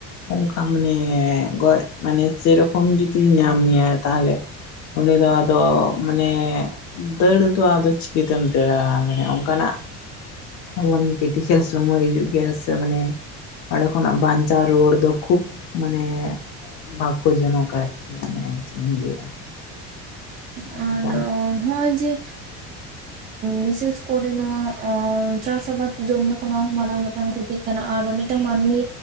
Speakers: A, on the left; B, on the right.
A: ᱚᱱᱠᱟ ᱢᱟᱱᱮ ᱜᱚᱡ ᱢᱟᱱᱮ ᱥᱮᱨᱚᱠᱚᱢ ᱡᱩᱫᱤ ᱧᱟᱢᱮᱭᱟᱭ ᱛᱟᱦᱞᱮ ᱩᱱᱤ ᱫᱚ ᱟᱫᱚ ᱢᱟᱱᱮ ᱫᱟᱹᱲ ᱫᱚ ᱟᱫᱚ ᱪᱤᱠᱟᱹᱛᱮᱢ ᱫᱟᱹᱲᱟ, ᱢᱟᱱᱮ ᱚᱱᱠᱟᱱᱟᱜ ᱮᱢᱚᱱ ᱠᱤᱴᱤᱠᱮᱞᱥ ᱥᱚᱢᱚᱭ ᱦᱤᱡᱩᱜ ᱜᱮᱭᱟ ᱥᱮ ᱢᱟᱱᱮ, ᱚᱸᱰᱮ ᱠᱷᱚᱱᱟᱜ ᱵᱟᱧᱪᱟᱣ ᱨᱩᱣᱟᱹᱲ ᱫᱚ ᱠᱷᱩᱵ ᱢᱟᱱᱮ, ᱵᱟᱠᱚ ᱡᱚᱱᱚᱠ ᱟᱨᱠᱤ ᱢᱟᱱᱮ ᱪᱮᱫ ᱤᱧ ᱞᱟᱹᱭᱟ᱾
B: ᱦᱮᱸ
A: ᱚᱱᱠᱟᱱᱟᱜ
B: ᱟᱨ ᱦᱚᱳᱭ ᱡᱮ ᱵᱤᱥᱮᱥ ᱠᱚᱨᱮ ᱱᱚᱣᱟ ᱟᱸ ᱪᱟᱥ ᱟᱵᱟᱫ ᱡᱚᱢ ᱫᱚ ᱢᱟᱨᱟᱝ ᱢᱤᱫᱴᱟᱝ ᱠᱟᱱᱟ ᱟᱨ ᱢᱤᱫᱴᱟᱝ ᱢᱟᱹᱱᱢᱤ